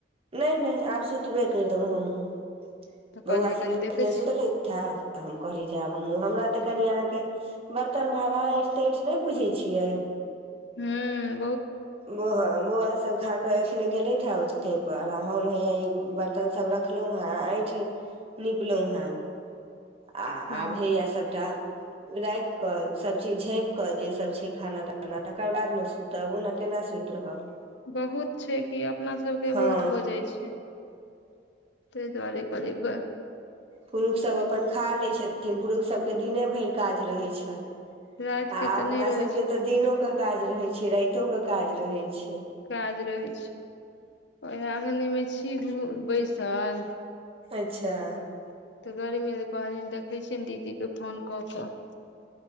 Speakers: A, on the right (about 35°); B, on the left (about 70°).
A: नई -नई आब सुतबे कर दौ हम। <unintelligible>
B: तऽ कहलियै
A: बौआ सब
B: कनि देखै
A: एने
B: छी
A: सुनले था तऽ हम कहली जे आब हमँ हमरा ते कनि अहाँके। <unintelligible> बर्तन भाड़ा ऐंठि तैठि नहि बुझै छियै। <unintelligible>
B: हूं। <unintelligible>
A: बोहँ बो। <unintelligible> सभ खा कऽ एखने गेलथि हे ओ ठन पर आ हम हैया ई बर्तन सभ रखलहुँ हेँ ऐंठि नीपलहु हेँ। <unintelligible> आ
B: हँ
A: -आब हइए सभटा। <unintelligible> राखि कऽ सभचीज झाँपि कऽ जेसभ छै खाना- ताना तकर बाद ने सुतब ओना केना सुति रहब। <unintelligible>
B: बहुत छै कि अपना सबके
A: हँ
B: बहुत हो जाइ छै <unintelligible> ताहि दुआरे करी। <unintelligible>
A: पुरुष सब अपन खा लै छथि। <unintelligible> छथिन पुरुषसभके दिने भरि काज रहैत छनि। <unintelligible>
B: राति के
A: आ
B: तऽ
A: -अपना
B: नहि रहै
A: सबके
B: छै
A: तऽ दिनोक के काज रहैत छै। कतो के काज रहै छै। <unintelligible>
B: काज रहै छै <unintelligible> ओहि। अगने में छी घ बैसल। <unintelligible>
A: अच्छा। <unintelligible>
B: तऽ गर्मी तऽ कहलिन देखै छियनि दीदीके फोन कऽ- कऽ। <unintelligible>